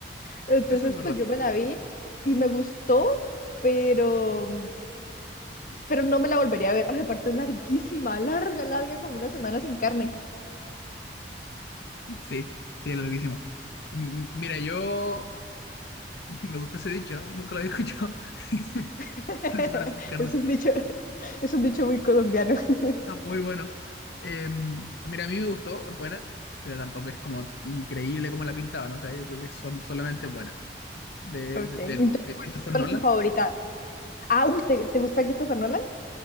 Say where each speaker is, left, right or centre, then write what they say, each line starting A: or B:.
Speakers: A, on the left; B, on the left.
A: Entonces,
B: Eso es verdad.
A: pues yo me la vi y me gustó, pero, pero no me la volvería a ver. Ay, aparte es larguísima, larga, larga, como una semana sin carne.
B: Sí, sí, es larguísima. M- Mira, yo <laughs> me gusta ese dicho, ¿no? Nunca lo había escuchado. <laughs>
A: <laughs>
B: Como la semana sin carne.
A: Es un dicho, es un dicho muy colombiano. <laughs>
B: Está muy bueno. Eh, mira, a mí me gustó, es buena, pero tampoco es como increíble como la pintaban. O sea, yo creo que son solamente buenas. De,
A: Ok,
B: de,
A: entonces,
B: de- de
A: ¿cuál
B: Christopher
A: es tu cuál
B: Nolan.
A: es tu favorita? Ah, uy, ¿te, te gusta Christopher Nolan?